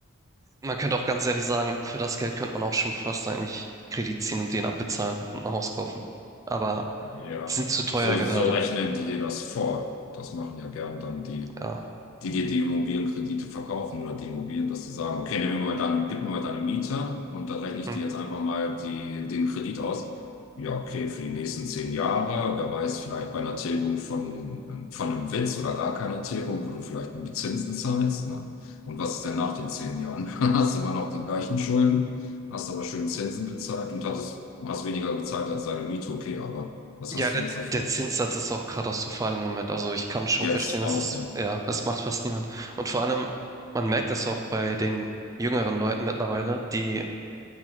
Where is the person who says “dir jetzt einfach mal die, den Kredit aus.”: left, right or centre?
Left